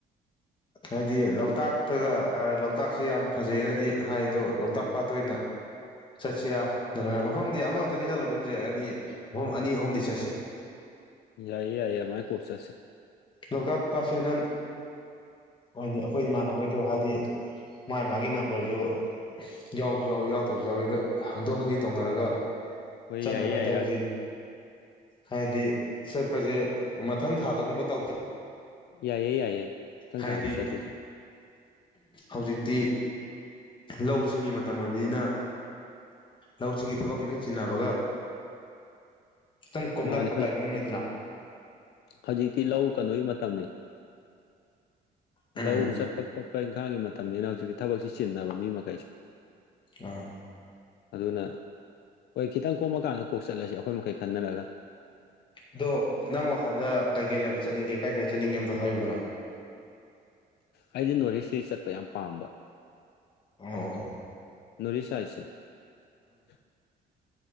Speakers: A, on the left; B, on the left.
A: ꯍꯥꯏꯗꯤ ꯂꯣꯛꯇꯥꯛꯇꯒ ꯂꯣꯛꯇꯥꯛꯁꯦ ꯌꯥꯝ ꯐꯖꯅꯗꯤ ꯍꯥꯏ ꯑꯗꯣ ꯂꯣꯛꯇꯥꯛ ꯄꯥꯠꯇ ꯑꯣꯏꯅ ꯆꯠꯁꯤꯔꯥ ꯅꯠꯇ꯭ꯔꯒ ꯃꯐꯝꯗꯤ ꯑꯃꯈꯛꯇꯗꯤ ꯆꯠꯂꯒꯨꯝꯁꯦ ꯍꯥꯏꯗꯤ ꯃꯐꯝ ꯑꯅꯤ ꯑꯍꯨꯝꯗꯤ ꯆꯁꯤ
B: ꯌꯥꯏꯌꯦ ꯌꯥꯏꯌꯦ ꯑꯃꯥꯏ ꯀꯣꯆꯦ
A: ꯂꯣꯛꯇꯥꯛ ꯄꯥꯠꯁꯦ ꯅꯪꯅꯤ ꯑꯩꯈꯣꯏ ꯏꯃꯥꯟꯅꯍꯣꯏꯗꯣ ꯍꯥꯏꯗꯤ ꯃꯥꯥꯏ ꯃꯥꯒꯤ ꯅꯝꯕꯔꯁꯨ ꯌꯥꯎ ꯌꯥꯎ ꯌꯥꯎ ꯁꯨ ꯌꯥꯎꯋꯤ ꯑꯗꯣ ꯍꯟꯗꯣꯛ ꯍꯟꯖꯤ ꯇꯧꯅꯔꯒ
B: ꯑꯣꯏꯣꯏ
A: ꯆꯠꯅꯕ
B: ꯌꯥꯏꯌꯦ ꯌꯥꯏ
A: ꯇꯧꯁꯤ
B: ꯌꯥꯗ
A: ꯍꯥꯏꯗꯤ ꯆꯠꯄꯁꯦ ꯃꯊꯪ ꯊꯥꯗꯒꯨꯝꯕ ꯇꯧꯖꯩ
B: ꯌꯥꯏꯌꯦꯦ ꯌꯥꯏꯌꯦꯦ ꯏꯈꯤꯊꯪ
A: ꯍꯥꯏꯗꯤ
B: ꯊꯥꯗ ꯆꯠꯂꯁꯤ
A: ꯍꯧꯖꯤꯛꯇꯤ ꯂꯧꯁꯤꯡꯒꯤ ꯃꯇꯝ ꯑꯣꯏꯕꯅꯤꯅ ꯂꯧꯁꯤꯒꯤ ꯊꯕꯛ ꯈꯤꯇꯪ ꯆꯤꯟꯅꯕꯒ ꯁꯪ ꯀꯗꯔꯄ
B: ꯃꯥꯅꯦ ꯍꯧꯖꯤꯛ
A: ꯇꯥꯏ ꯃꯃꯩꯗꯅ
B: ꯍꯧꯖꯤꯛꯇꯤ ꯂꯧ ꯀꯩꯅꯣꯒꯤ ꯃꯇꯝꯅꯤ
A: ꯎꯝ
B: ꯂꯧ ꯆꯠꯄꯛꯄ ꯂꯄꯥꯛ ꯏꯪꯈꯥꯡꯒꯤ ꯃꯇꯝꯅꯤꯅ ꯍꯧꯖꯤꯛꯇꯤ ꯊꯕꯛꯁꯤ ꯆꯤꯟꯅꯕ ꯃꯤ ꯃꯈꯩꯁꯦ
A: ꯑꯥ
B: ꯑꯗꯨꯅ ꯍꯣꯏ ꯈꯤꯇꯪ ꯀꯣꯝꯃꯀꯥꯟꯗ ꯀꯣꯛ ꯆꯠꯂꯁꯤ ꯑꯩꯈꯣꯏ ꯃꯈꯩ ꯈꯟꯅꯔꯒ
A: ꯑꯗꯣ ꯅꯪ ꯋꯥꯈꯜꯗ ꯀꯩꯀꯩ ꯂꯩ ꯆꯠꯅꯤꯡꯒꯦ ꯀꯥꯏ ꯀꯥꯏ ꯆꯠꯅꯤꯡꯒꯦ ꯑꯝꯇ ꯍꯥꯏꯌꯨꯗꯅ
B: ꯑꯩꯗꯤ ꯅꯣꯔꯠ ꯏꯁꯁꯤ ꯆꯠꯄ ꯌꯥꯝ ꯄꯥꯝꯕ
A: ꯑ
B: ꯅꯨꯔꯤ ꯆꯥꯏꯁꯦ <inaudible>